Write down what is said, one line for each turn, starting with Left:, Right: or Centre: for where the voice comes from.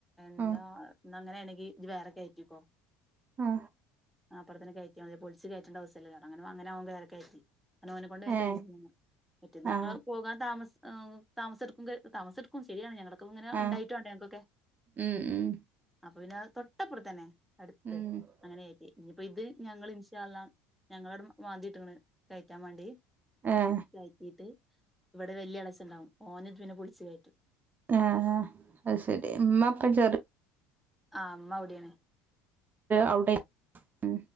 Centre: എന്താ
Right: ആ
Centre: ന്നഅങ്ങനേണെങ്കി ജ് വേറെ കയറ്റിക്കോ
Right: ആ
Centre: ആപ്പുറത്തന്നെ കയറ്റ് റ്റ്യാതില്ലോ പൊളിച്ച് കേറ്റെണ്ട ആവസ്വല്ലല്ലോ അങ്ങനെ അങ്ങനെ ഓൻ വേറെ കയറ്റി. ണ ഓനെ കൊണ്ട് വേം
Right: ഏ
Centre: കയ്യും മറ്റേത് ഞങ്ങൾ
Right: ആ
Centre: പോകാൻ താമസ് ഉം താമസെടുക്കു ക താമസെടുക്കും ശരിയാണ് ഞങ്ങള് ഇങ്ങനെ
Right: ആ
Centre: ഇണ്ടായിട്ട് വാണ്ടെ ഞങ്ങക്കൊക്കെ
Right: ഉം ഉം
Centre: അപ്പൊ പിന്നെ തൊട്ടപ്പുറത്തന്നെ. അടുത്ത്
Right: ഉം
Centre: അങ്ങനെയിറ്റി ഇഞ്ഞ്പ്പോ ഇത് ഞങ്ങൾ ഇൻഷാല്ലഹ് ഞങ്ങളട് മാതിട്ടിക്ണ് കയറ്റാൻ മാണ്ടി,
Right: ഏ
Centre: കഴറ്റീട്ട് ഇവിടെ വല്ല്യ എളച്ചുണ്ടാവും ഓന് തുപിന്നെ പൊളിച്ചു കയറ്റും.
Right: ആഹ ആഹ അത് ശരി ഇമ്മപ്പം ചെറു
Centre: ആ മ്മവ്ടേണ്.
Right: അവിടെ ഉ